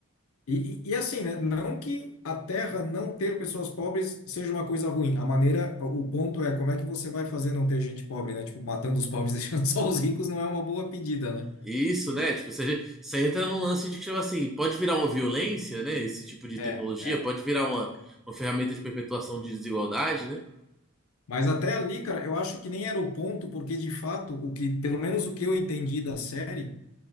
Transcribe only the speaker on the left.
E, e, e assim, né? Não que a Terra não ter pessoas pobres seja uma coisa ruim. A maneira, o ponto é como é que você vai fazer não ter gente pobre, né? Tipo, matando os pobres, <laughs> deixando só os ricos não é uma boa pedida, né?
É,
é.
Mas até ali, cara, eu acho que nem era o ponto, porque de fato, o que, pelo menos o que eu entendi da série,